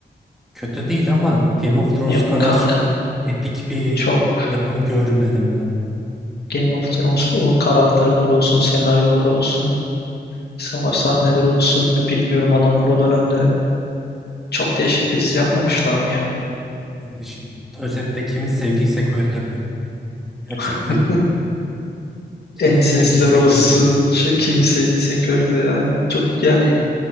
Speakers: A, in the centre; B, on the left.
A: Kötü değil ama Game of Thrones
B: yok
A: kadar
B: kanka
A: epik bir
B: çok
A: yapım görmedim ben.
B: Game of Thrones o karakterler olsun, senaryolar olsun, savaş sahneleri olsun. Ya bilmiyorum adamlar o dönemde çok değişik bir dizi yapmamışlar mı ya?
A: Kardeşim, özetle kimi sevdiysek öldü be.
B: <laughs>
A: Gerçekten kimi
B: Ensesler
A: sevdiysek
B: olsun,
A: öldü.
B: şey, kimiseydi seköldü aynen. Çok yani